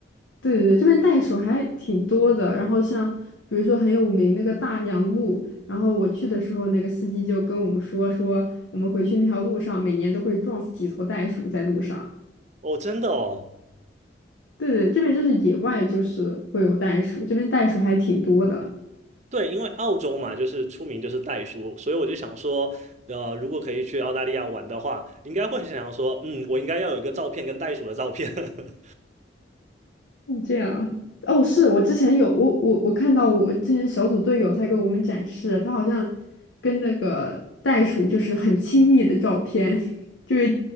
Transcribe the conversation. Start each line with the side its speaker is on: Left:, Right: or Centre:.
Left: 对对对，这边袋鼠还挺多的。然后像比如说很有名那个大洋路，然后我去的时候，那个司机就跟我们说说，我们回去那条路上每年都会撞死几头袋鼠在路上。
Right: 哦，真的哦，
Left: 对对，这边就是野外就是会有袋鼠，这边袋鼠还挺多的。
Right: 对，因为澳洲嘛，就是出名就是袋鼠，所以我就想说，呃，如果可以去澳大利亚玩的话，应该会想要说，嗯，我应该要有一个照片跟袋鼠的照片。<laughs>
Left: 嗯这样啊哦，是我之前有我我我看到我之前小组队友他给我们展示，他好像跟那个袋鼠就是很亲密的照片，<laughs> 就是